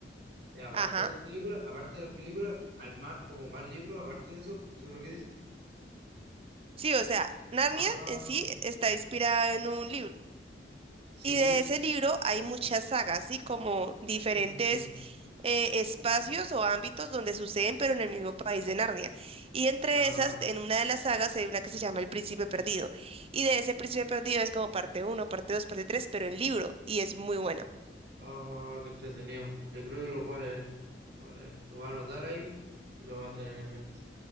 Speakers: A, on the right (about 65°); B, on the right (about 35°).
A: Eh, aparte
B: Ajá.
A: de las películas, aparte de las películas, hay más, como más libros, aparte de eso, eso es lo que dice.
B: Sí, o sea, Narnia
A: Ah,
B: en sí está inspirada en un libro.
A: sí,
B: Y de
A: sí.
B: ese libro hay muchas sagas, ¿sí? Como diferentes
A: Mm,
B: eh, espacios o ámbitos donde suceden, pero en el mismo país de Narnia. Y entre
A: ah,
B: esas, en una de las sagas hay una que se llama El Príncipe Perdido. Y de ese Príncipe Perdido es como parte uno, parte 2, parte 3, pero en libro. Y es muy bueno.
A: ah, qué entretenido. Yo creo que los va a leer, los va a leer. Lo va a anotar ahí y lo va a tener en mente